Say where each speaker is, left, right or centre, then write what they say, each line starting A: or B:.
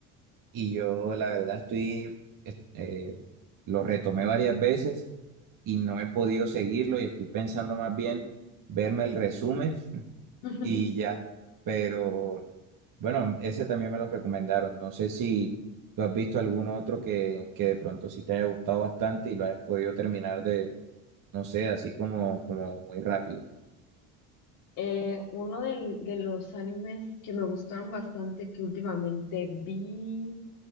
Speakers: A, on the right; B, on the left.
A: Y yo la verdad estoy, es- eh, lo retomé varias veces y no he podido seguirlo y estoy pensando más bien verme el resumen
B: <laughs>
A: y ya. Pero bueno, ese también me lo recomendaron. No sé si tú has visto algún otro que, que de pronto sí te haya gustado bastante y lo has podido terminar no sé, así como, como muy rápido.
B: Eh, uno del- de los animes que me gustaron bastante que últimamente vi